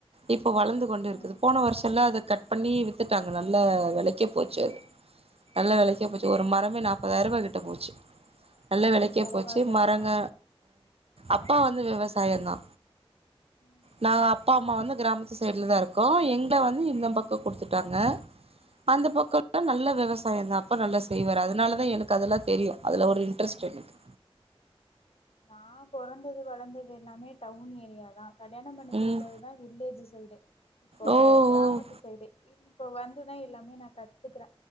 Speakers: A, on the right; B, on the left.
A: இப்போ வளந்து கொண்டு இருக்குது
B: ம்
A: போன வர்ஷோ எல்லா அத கட் பண்ணி வித்துட்டாங்க நல்லா வெலைக்கு போச்சு அது நல்ல வெலைக்கே
B: ம்ஹும்
A: போச்சு ஒரு மரமே நாப்பதாயிரபா கிட்ட போச்சு நல்ல வெலைக்கே
B: பரவால்லயே
A: போச்சு மரங்க அப்பா வந்து விவசாயோந்தா
B: ம்
A: நா அப்பா அம்மா வந்து கிராமத்து ஸைட்ல தா இருக்கோ எங்கல வந்து இந்த பக்கோ குடுத்துட்டாங்க அந்த பக்கோல்லா
B: ம்ஹும்
A: நல்ல விவசாயோந் தா அப்பா நல்லா செய்வாரு அதனாலதா எனக்கு அதெல்லா தெரியு அதுல ஒரு இன்ட்ரெஸ்ட்டு எனக்கு
B: நா பொறந்தது வளந்தது எல்லாமே டவுன் ஏரியா தா கல்யாணம் பண்ணி
A: ம்
B: குடுத்ததுதா வில்லேஜ்ஜு சைடு இப்போ
A: ஓ ஓ
B: கிராமத்து சைடு இப்ப வந்துதா எல்லாமே நா கத்துக்குற